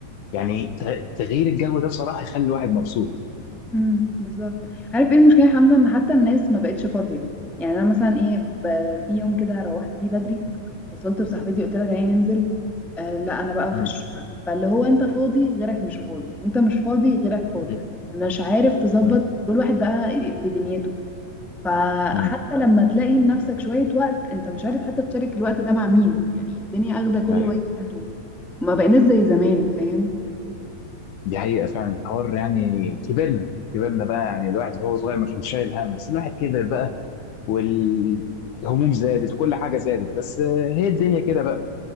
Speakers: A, on the left; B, in the centre.
A: يعني ت- تغيير الجو ده بصراحة يخلي الواحد مبسوط
B: امم بالظبط عارف ايه المشكله يا حمزه ان حتى الناس ما بقتش فاضيه يعني انا مثلا ايه ب- في يوم كده روحت فيه بدري اتصلت بصاحبتي قلت لها تعالي ننزل آه لا انا بقى
A: مم.
B: في الشغل فاللي هو انت فاضي غيرك مش فاضي انت مش فاضي غيرك فاضي
A: مم.
B: مش عارف تظبط
A: مم.
B: كل واحد بقى في دنيته فحتى
A: مم.
B: لما تلاقي لنفسك شويه وقت انت مش عارف حتى تشارك الوقت ده مع مين يعني الدنيا اخده كل
A: ايوه
B: واحد وما بقيناش زي زمان فاهم
A: دي حقيقة فعلا الحوار يعني كبرنا كبرنا بقى يعني الواحد وهو صغير ما كانش شايل هم بس الواحد كبر بقى والهموم زادت وكل حاجة زادت بس آه، هي الدنيا كده بقى